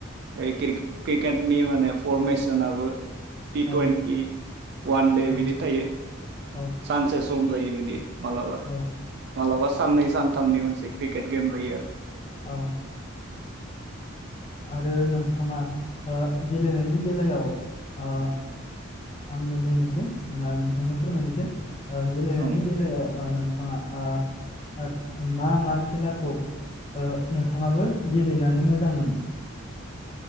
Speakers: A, on the right; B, on the left.
A: यै क्रिक क्रिकेटनि माने फरमेसनाबो। टि
B: औ
A: टुवन्टि वान दे
B: औ
A: बिदि थायो
B: औ
A: सान्सेस सम जायो बिदि। मालाबा
B: औ
A: मालाबा साननै सानथामननि मोनसे क्रिकेट गेम जायो आरो।
B: औ। आरो नोंथाङा ओ गेलेनायनि बेलायाव ओ आंनो बुंनोसै नोंथांनो फोरमायनोसै। ओ गेलेनायनि
A: औ
B: बेलायाव ओ नों थाङा ओ मा मा खेलाखौ ओ‌ नोंथाङाबो गेलेनानै मोजां मोनो।